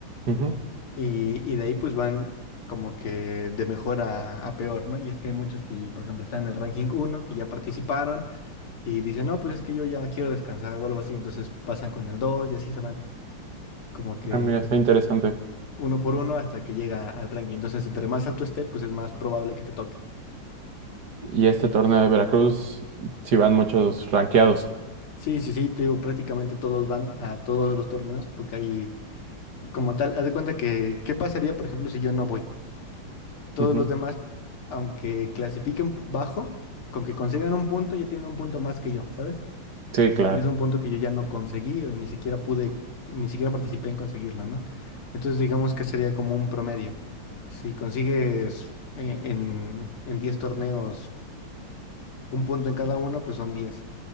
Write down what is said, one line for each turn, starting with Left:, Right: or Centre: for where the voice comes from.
Right: Ujú.
Left: Y, y de ahí pues van como que de mejor a, a peor, ¿no? Y es que hay muchos que, por ejemplo, están en el ranking uno que ya participaron y dicen, no, pues es que yo ya quiero descansar o algo así, entonces pasan con el 2 y así se van como que
Right: Ah, mira, está interesante.
Left: uno por uno hasta que llega al ranking. Entonces, entre más alto esté, pues es más probable que te toque.
Right: Y este torneo de Veracruz, si van muchos ranqueados.
Left: Sí, sí, sí, te digo, prácticamente todos van a todos los torneos porque hay, como tal, haz de cuenta que, ¿qué pasaría, por ejemplo, si yo no voy? Todos
Right: Ujú.
Left: los demás, aunque clasifiquen bajo, con que consigan un punto, ya tienen un punto más que yo, ¿sabes?
Right: Sí, claro.
Left: Y es un punto que yo ya no conseguí, o ni siquiera pude, ni siquiera participé en conseguirlo, ¿no? Entonces digamos que sería como un promedio. Si consigues eh, en, en 10 torneos un punto en cada uno, pues son 10.